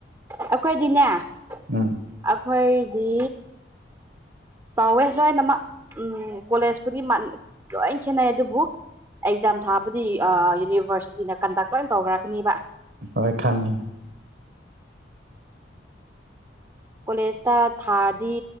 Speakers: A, on the right; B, on the right.
A: ꯑꯩꯈꯣꯏꯗꯤꯅꯦ ꯑꯩꯈꯣꯏꯗꯤ
B: ꯎꯝ
A: ꯇꯧꯋꯦ ꯂꯣꯏꯅꯃꯛ ꯎꯝ ꯀꯣꯂꯦꯖꯄꯨꯗꯤ ꯂꯣꯏ ꯈꯦꯠꯅꯩ ꯑꯗꯨꯕꯨ ꯑꯦꯛꯖꯥꯝ ꯊꯥꯕꯨꯗꯤ ꯌꯨꯅꯤꯚꯔꯁꯤꯇꯤꯅ ꯀꯟꯗꯛ ꯂꯣꯏ ꯇꯧꯈ꯭ꯔꯛꯀꯅꯤꯕ
B: ꯍꯣꯏ ꯈꯪꯉꯦ
A: ꯀꯣꯂꯦꯖꯇ ꯊꯥꯔꯗꯤ